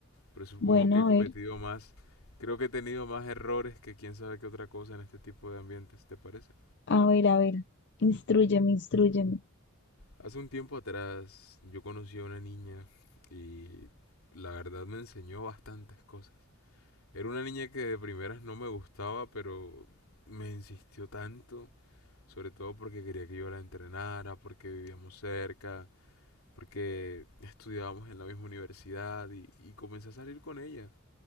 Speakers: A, on the left; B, on the left.
A: Pero supongo
B: Bueno,
A: que he cometido
B: a ver,
A: más, creo que he tenido más errores que quién sabe qué otra cosa en este tipo de ambientes, ¿te parece?
B: a ver, a ver. Instrúyeme, instrúyeme.
A: Hace un tiempo atrás yo conocí a una niña y la verdad me enseñó bastantes cosas. Era una niña que de primeras no me gustaba, pero me insistió tanto sobre todo porque quería que yo la entrenara, porque vivíamos cerca, porque estudiábamos en la misma universidad y, y comencé a salir con ella.